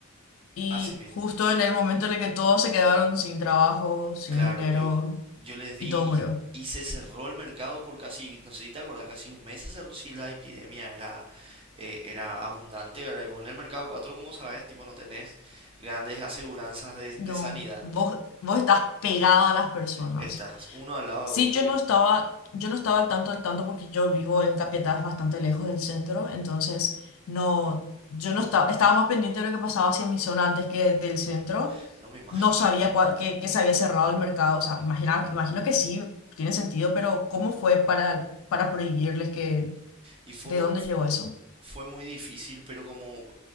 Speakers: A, on the left; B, on the right.
A: y
B: Así mismo.
A: justo en el momento en el que todos se quedaron sin trabajo, sin
B: Claro,
A: dinero
B: yo, yo les di
A: y todo murió.
B: y, y se cerró el mercado por casi, no sé si te acordás, casi un mes se cerró si la epidemia era, eh, era abundante, ¿verdad? Y vos en el mercado 4 como sabes, tipo, no tenés grandes aseguranzas de, de
A: No,
B: sanidad.
A: vos, vos estás pegado a las personas.
B: Estás uno al lado de
A: Sí,
B: otro
A: yo
B: y,
A: no estaba, yo no estaba al tanto del tanto porque yo vivo en Capiatá, es bastante lejos del centro, entonces no, yo no estaba, estaba más pendiente de lo que pasaba hacia mi zona antes que del
B: claro,
A: centro.
B: no me imagino.
A: No sabía cuál- que, que se había cerrado el mercado, o sea, imagina, imagino que sí, tiene sentido, pero ¿cómo fue para, para prohibirles que,
B: Y fue,
A: de dónde llegó eso?
B: fue muy difícil, pero como,